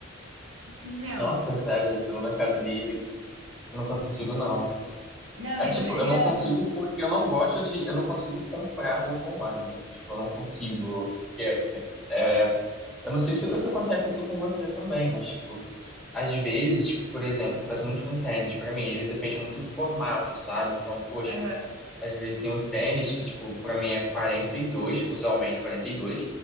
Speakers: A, on the right (about 75°); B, in the centre.
A: Tipo assim, meu.
B: Nossa, sério, pelo Mercado Livre, eu não consigo, não.
A: Não,
B: É
A: juro,
B: tipo,
A: ele
B: eu não
A: ama.
B: consigo porque eu não gosto de. Eu não consigo comprar roupa online. Tipo, eu não consigo. Porque é, eu não sei se, se acontece isso com você também, mas, tipo, às vezes, por exemplo, acontece muito com tênis pra mim. Às vezes depende muito do formato, sabe? Então, poxa,
A: Aham.
B: às vezes tem um tênis que, tipo, pra mim é 42 usualmente quarenta e dois